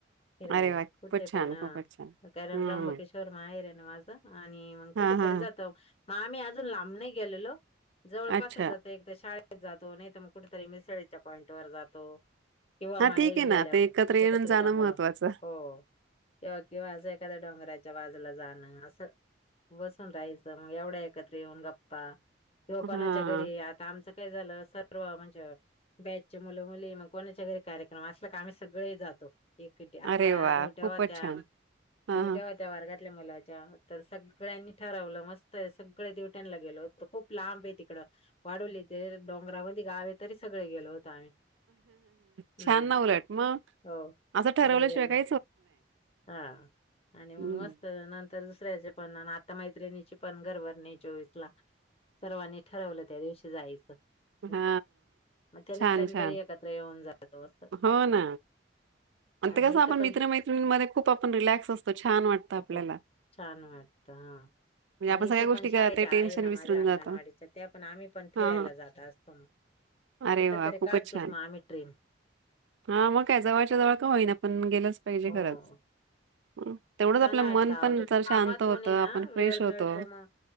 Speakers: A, on the left (about 30°); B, on the right (about 75°).
A: फिरायला
B: अरे वा! खूपच
A: कुठे
B: छान,
A: पण
B: खूपच छान.
A: कारण
B: हं.
A: त्र्यबकिशोर म आहेर आहे ना माझ आणि मग
B: हां,
A: कुठ
B: हां,
A: तरी
B: हां.
A: आम्ही आज लांब नाही गेलो लो जवळपास
B: अच्छा.
A: जातो आम्ही एकदा शाळेला त जातो नाही तर मग कुठेतरी मिसळीच्या पॉइंट वर जातो. किंवा
B: हां,
A: माहेरी
B: ठीक आहे ना.
A: गेल्यावर
B: ते एकत्र येणं
A: कुठेतरी
B: जाणं
A: डोंगरावर.
B: महत्वाचं.
A: हो, केव्हा केव्हा असं एखाद्या डोंगराच्या बाजूला जाणं असं बसून राहायचं मग एवढा एकत्र येऊन गप्पा किंवा कोणाच्या
B: हां.
A: घरी आता आमचं काय झालं सर्व म्हणजे अ बॅचचे मुलं मुली मग कोणाच्या घरी कार्यक्रम असला का, आम्ही सगळे जातो. एकटे आता
B: अरे वाह!
A: दिवट्या
B: खूपच
A: होत्या,
B: छान. बरं.
A: दिवट्या होत्या वर्गात ल्या मुलाच्या, तर सगळ्यांनी ठरवलं मस्त आहे सगळे दिवट्यांना गेलो होतो, खूप लांब आहे तिकडं वाढवली ते डोंगरामध्ये गावए तरी सगळे गेलो होतो आम्ही.
B: छान
A: हम्म
B: ना उलट मग,
A: हो
B: असं ठरवल्याशिवाय
A: सगळे गेलो
B: काय
A: हा, आणि मग
B: हं.
A: मस्त नं तर दुसऱ्याचे पण आता मैत्रिणीची पण घरभरणी आहे चोवीसला. सर्वांनी ठरवलं त्या दिवशी जायचं.
B: हा
A: असं मग त्या
B: छान
A: निमतानी
B: छान
A: तरी एकत्र येऊन जातो असं
B: हो ना आणिं
A: आणि
B: ते कसा
A: इथं
B: पण मित्रमैत्रिणी मध्ये. खूप आपण रिलॅक्स असतो. छान वाटत आपल्याला
A: हो छान वाटत हा
B: म्हणजे
A: आणि
B: आपण
A: इथं
B: सगळ्या गोष्टी
A: पण शाळेच्या
B: ते
A: आहे
B: टेन्शन
A: ना.
B: विसरून
A: माझ्या अंगणवाडीच्या
B: जातो.
A: त्या पण आम्ही पण फिरायला
B: हां, हां.
A: जात असतो मग.
B: अरे
A: कुठ
B: वाह!
A: तरी
B: खूपच
A: काढतोच
B: छान.
A: मग आम्ही ट्रीप.
B: हा मग काय जवळच्या-जवळ का होईना पण. गेलंच पाहिजे
A: हो
B: खरंच. हं, तेवढंच
A: छान
B: आपलं
A: वाटत.
B: मन
A: आओ
B: पण
A: ते
B: जर
A: कामतून
B: शांत होतं
A: हायना
B: आपण फ्रेश
A: वेळ
B: होतो
A: मिळतो मग